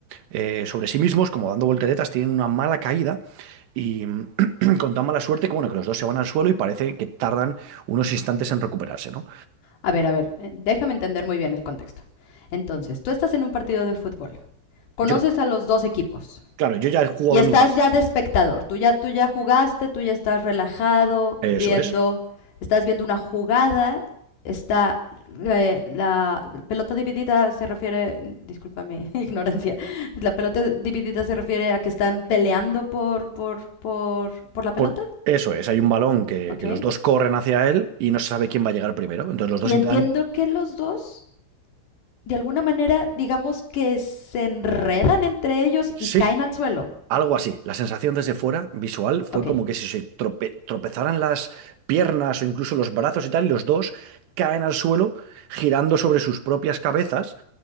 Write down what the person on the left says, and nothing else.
A ver, a ver, eh, déjame entender muy bien el contexto. Entonces, tú estás en un partido de fútbol, conoces
a los dos equipos
y estás
ya de espectador. Tú ya, tú ya jugaste, tú ya estás relajado,
viendo,
estás viendo una jugada, está eh, la pelota dividida se refiere, disculpa mi <laughs> ignorancia, la pelota dividida se refiere a que están peleando por, por, por, por la pelota,
¿ok?
Y
entiendo que los dos de alguna manera, digamos que se enredan entre ellos
y caen al suelo.
Ok.